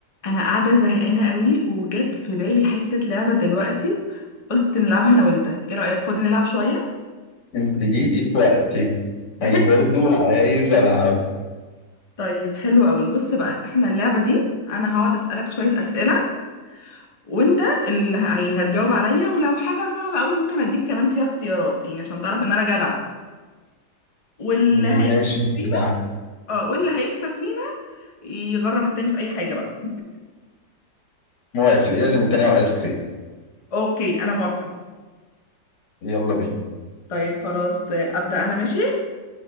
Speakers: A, on the left; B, on the left.
A: انا قاعده زهقانه قوي وجت في بالي حته لعبه دلوقتي قلت نلعبها انا وانت ايه رايك فاضي نلعب شويه
B: انت جيتي في وقتي
A: <laughs>
B: انا برضو عايز العب
A: طيب حلو قوي بص بقى احنا اللعبه دي انا هقعد اسالك شويه اسئله وانت اللي ه- يعني هتجاوب عليا ولو حاجه صعبه قوي ممكن اديك كمان فيها اختيارات يعني عشان تعرف ان انا جدعه واللي
B: ماشي
A: هيكسب
B: يا
A: فينا
B: جدع
A: اه واللي هيكسب فينا يغرم التاني في اي حاجه بقى
B: موافق لازم التاني على الايس كريم
A: اوكي انا موافقه
B: يلا بينا
A: طيب خلاص آه، ابدا انا ماشي